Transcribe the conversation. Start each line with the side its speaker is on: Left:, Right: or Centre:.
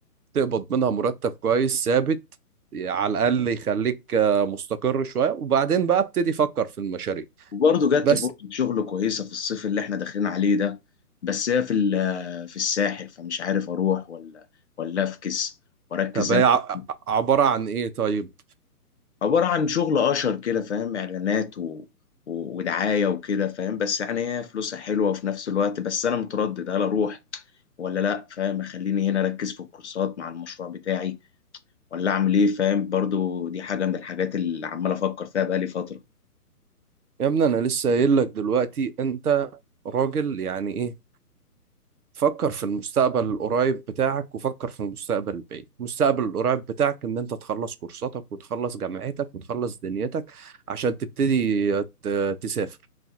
Right: تقبض منها مرتب كويس ثابت على الأقل يخليك آه، مستقر شوية وبعدين بقى ابتدي فكر في المشاريع
Left: وبرضه جات
Right: بس
Left: لي فرصه شغل كويسه في الصيف اللي احنا داخلين عليه ده بس هي في ال- في الساحل فمش عارف اروح ولا ولا افكس واركز
Right: طب
Left: زي
Right: هي
Left: ما
Right: ع-
Left: كنت.
Right: عبارة عن إيه طيب؟
Left: عبارة عن شغل اشر كده فاهم اعلانات و... و... ودعاية وكده فاهم بس يعني هي فلوسها حلوة وفي نفس الوقت بس انا متردد هل اروح ولا لا فاهم اخليني هنا اركز في الكورسات مع المشروع بتاعي ولا اعمل ايه فاهم برضو دي حاجة من الحاجات اللي عمال افكر فيها بقالي فترة
Right: يا ابني أنا لسه قايل لك دلوقتي أنت راجل يعني إيه؟ فكر في المستقبل القريب بتاعك وفكر في المستقبل البعيد المستقبل القريب بتاعك ان انت تخلص كورساتك وتخلص جامعتك وتخلص دنيتك عشان تبتدي ت- تسافر